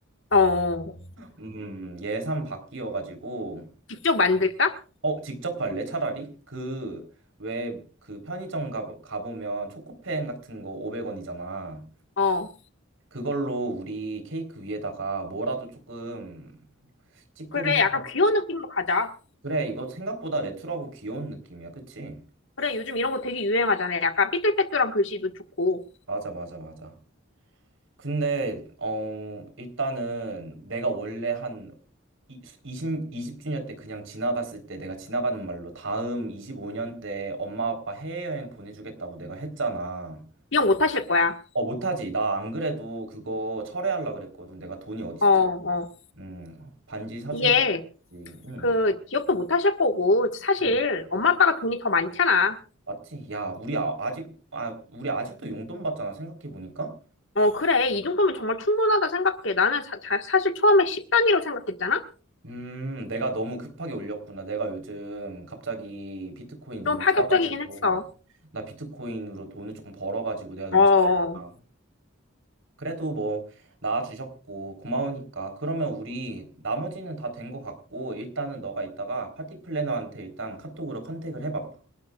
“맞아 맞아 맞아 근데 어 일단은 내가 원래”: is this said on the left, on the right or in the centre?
Right